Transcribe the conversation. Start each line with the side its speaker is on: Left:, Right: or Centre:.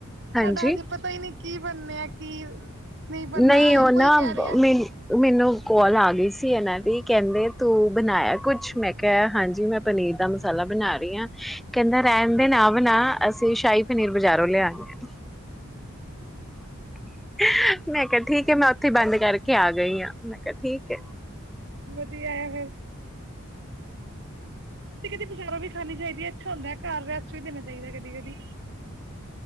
Right: ਸਾਡਾ
Centre: ਹਾਂਜੀ
Right: ਹਜੇ ਪਤਾ ਹੀ ਨਹੀਂ ਕੀ ਪਰ ਮੈਂ ਕੀ ਬਣਨਾ
Centre: ਨਹੀਂ ਉਹ
Right: ਇਹ ਕੋਈ
Centre: ਨਾ
Right: ਕਹਿ
Centre: ਮੈਨੂੰ
Right: ਰਿਹਾ
Centre: ਮੈਨੂੰ ਕਾਲ ਆ ਗਈ ਸੀ ਇਹਨਾਂ ਦੀ ਕਹਿੰਦੇ ਤੂੰ ਬਣਾਇਆ ਕੁਛ ਮੈਂ ਕਿਹਾ ਹਾਂਜੀ ਮੈਂ ਪਨੀਰ ਦਾ ਮਸਾਲਾ ਬਣਾ ਰਹੀ ਹਾਂ। ਰਹਿਣਦੇ ਨਾ ਬ ਆ ਅਸੀਂ ਸ਼ਾਹੀ ਪਨੀਰ ਬਾਜ਼ਾਰੋਂ ਲਿਆਣੇ ਆ। <inaudible> ਮੈਂ ਕਿਹਾ ਠੀਕ ਹ ਮੈਂ ਉਥੇ ਹੀ ਬੰਦ ਕਰਕੇ ਆ ਗਈ ਹਾਂ ਮੈਂ ਠੀਕ ਹੈ
Right: ਫ ਕਦੀ ਬਜ਼ਾਰੋਂ ਵੀ ਖਾਣੀ ਚਾਹੀਦੀ ਹੈ ਅੱਛਾ ਹੁੰਦਾ ਘਰ ਰੈਸਟ ਵੀ ਦੇਣਾ ਚਾਹੀਦਾ ਕਦੀ ਕਦੀ